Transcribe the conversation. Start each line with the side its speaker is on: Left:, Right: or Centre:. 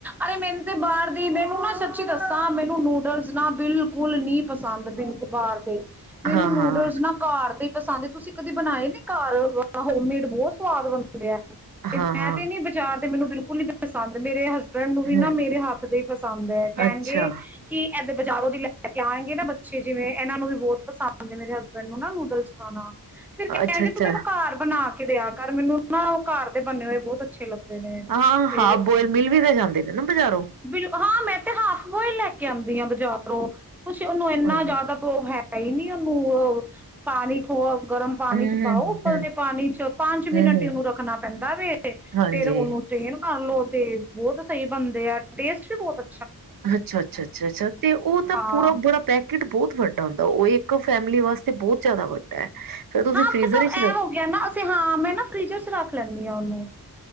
Centre: ਅਰੇ ਮੈਨੂੰ ਬਾਹਰ ਦੀ ਮੈਨੂੰ ਨਾ ਸੱਚੀ ਦੱਸ ਤਾਂ ਮੈਨੂੰ ਨੂਡਲਸ ਨਾ ਬਿਲਕੁਲ ਨੀ ਪ ਪਸੰਦ ਬਿੰਨ ਕੁਬਾਰ ਤੇ ਮੈਨੂੰ
Right: ਹਮ ਹਾਂ
Centre: ਨੂਡਲਸ
Right: ਹਾਂ
Centre: ਨਾ ਘਰ ਤੇ ਤਾਂ ਸਾਂ ਤੁਸੀਂ ਕਦੇ ਬਣਾਏ ਨ ਘਰ ਹੋਮਮੇਡ ਬਹੁਤ ਸਵਾਦ ਬਣਦੇ ਤੇ
Right: ਹਾਂ ਹਾਂ
Centre: ਮੈਂ ਤੇ ਨੀ ਵਿਚਾਰ ਮੈਨੂੰ ਬਿਲਕੁਲ ਨੀ ਪੰਦ ਮੇਰੇ ਹਸ ਹਸਬੈਂਡ ਨੂੰ ਵੀ
Right: ਹਮ
Centre: ਨਾ ਮੇਰੇ ਹੱਥ ਤੇ ਪਸੰਦ ਹੈ ਕਹਿਣਗੇ
Right: ਅੱਛਾ
Centre: ਕਿ ਇ ਬਾਜ਼ਾਰੋਂ ਦੀ ਲੈ ਕੇ ਆਂਗੇ ਨਾ ਬੱਚੇ ਜਿਵੇਂ ਇਹਨਾਂ ਨੂੰ ਵੀ ਬਹੁਤ ਪਸੰਦ ਨੇ ਮੇਰੇ ਹਸਬੈਂਡ ਨੂੰ ਨਾ ਨੂਡਲਸ ਖਾਣਾ ਤੇ ਫਿਰ ਕਹਿਣਗੇ
Right: ਅੱਛਾ ਅੱਛਾ
Centre: ਤੂੰ ਮੈਨੂੰ ਘਰ ਬਣਾ ਕੇ ਦਿਆਂ ਮੈਨੂੰ ਨਾ ਉਹ ਘਰ ਦੇ ਬੰਨੇ ਹੋਏ ਬਹੁਤ ਅੱਛੇ ਲੱਗਦੇ ਨੇ
Right: ਹਾਂ
Centre: ਤੇ
Right: ਹਾਂ ਬੋਇਲ ਮਲ ਵੀ ਤਾਂ ਜਾਂਦੇ ਨੇ ਨਾ ਬਜ਼ਾਰੋਂ
Centre: ਬਿਲ ਹਾਂ ਮੈਂ ਤੇ ਹਾਫ ਬੋਇਲ ਲੈ ਕੇ ਆਉਂਦੀ ਹਾਂ ਬਜ਼ਾਰੋਂ ਕੁੱਛ ਉਹਨੂੰ ਇੰਨਾ
Right: ਹਾਂਜੀ
Centre: ਜ਼ਿਆਦਾ ਭਰੋ ਹੈ ਕਈ ਨ ਆ ਮੂੰਹ ਪਾਣੀ ਥੋ ਗਰਮ ਪਾਣੀ
Right: ਹਮ
Centre: ਚ
Right: ਹਮ
Centre: ਪਾਓ ਉਪਲ
Right: ਹਮ
Centre: ਦੇ ਪਾਣੀ ਚ ਪੰਜ ਮਿੰਟ
Right: ਹਮ
Centre: ਇਹਨੂੰ
Right: ਹਮ
Centre: ਰੱਖਣਾ ਪੈਂਦਾ ਵੇ
Right: ਹਾਂਜੀ
Centre: ਉਹਨੂੰੱ ਬਣ ਲਓ ਤੇ ਬਹੁਤ ਸਹੀ ਬਣਦੇ ਆ ਟੇਸਟ ਵੀ ਬਹੁਤ ਅ
Right: ਅੱਛਾ ਅੱਛਾ ਅੱਛਾ ਅਛਾ ਤੇ ਉਹ ਤਾਂ
Centre: ਹਾਂ
Right: ਪੂਰਾ ਬੜਰਾ ਪੈਕੇਟ ਬਹੁਤ ਵੱਡਾ ਵੱਡਾ ਹੁੰਦਾ ਉਹ ਇੱਕ ਫੈਮਿਲੀ ਵਾਸਤੇ ਬਹੁਤ ਜਿਆਦਾ ਵੱਡਾ ਹੈ ਫੇਰ ਤੁਸੀਂ
Centre: ਹਾਂਲ
Right: ਫ੍ਰੀਜ਼ਰ ਵਿੱਚ
Centre: ਐ
Right: ਰੱਖ
Centre: ਹੋ ਗਿਆ ਨਾ ਅਸੀਂ ਹਾਂ ਮੈਂ ਨਾ ਫ੍ਰਿਜਰ ਚ ਰੱਖ ਲੈਂਦੀ ਹਾਂ ਉਹਨੂੰ